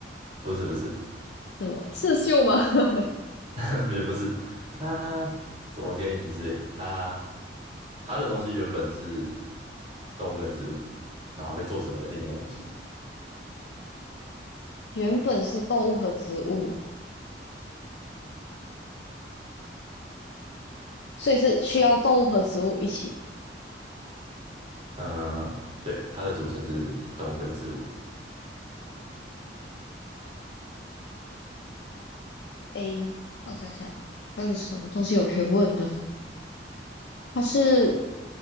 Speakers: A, on the right; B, on the left.
A: 不是不是，
B: 什么刺绣吗？<laughs>
A: <laughs> 也不是。它怎么给你提示欸？它它的东西原本是动物跟植物，然后被做成了另一个东西。
B: 原本是动物和植物，所以是需要动物和植物一起。
A: 呃，对，它的组成是动物跟植物，
B: A，我想想还有什么东西我可以问的？它是